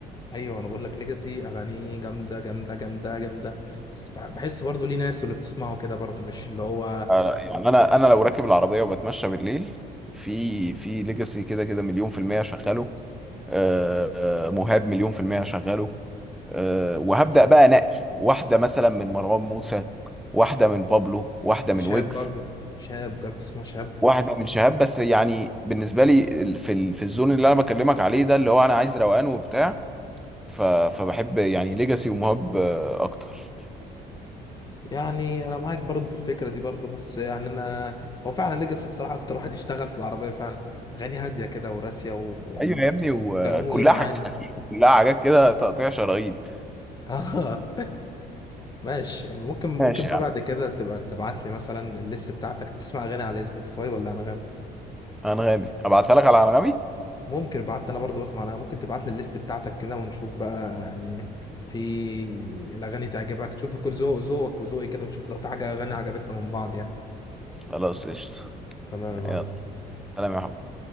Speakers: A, on the left; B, in the centre.
A: ايوه انا بقول لك ليجاسي اغانيه جامده جامده جامده جامده بس بح- بحس برضه ليه ناس واللي بتسمعه كده برضه مش اللي هو
B: أنا- يعني انا انا لو راكب العربيه وبتمشى بالليل في في ليجاسي كده كده مليون في المية شغاله آه، آه، مهاب مليون في المية شغاله آه، وهبدأ بقى انقي واحدة مثلا من مروان موسى واحدة من بابلو واحدة من
A: شاب
B: ويجز
A: برضه شاب جربت تسمع شاب
B: واحدة من شهاب بس يعني بالنسبة لي ال- في ال- في الزون اللي انا بكلمك عليه ده اللي هو انا عايز روقان وبتاع ف- فبحب يعني ليجاسي ومهاب آه، اكتر
A: يعني انا معاك برضو في الفكره دي برضو بس يعني انا هو فعلا ليجاسي بصراحه اكتر واحد يشتغل في العربيه فعلا اغاني هاديه كده وراسيه ويعني
B: ايوه يا ابني وكلها
A: كلامه ليه معاني
B: حاجات حسينة كلها حاجات كده تقطيع شرايين
A: <laughs> اه ماشي ممكن ممكن
B: ماشي
A: بقى
B: يا عم.
A: بعد كده تبقى تبعت لي مثلا الليست بتاعتك بتسمع اغاني على سبوتيفاي ولا انغامي
B: انغامي ابعتها لك على انغامي
A: ممكن ابعت لي انا برضو بسمع أنا ممكن تبعت لي الليست بتاعتك كده ونشوف بقى يعني في الاغاني تعجبك تشوف كل ذوق- ذوقك وذوقي كده ونشوف لو في حاجه اغاني عجبتنا من بعض يعني
B: خلاص قشطه
A: تمام يا معلم
B: يلا سلام يا حبيبي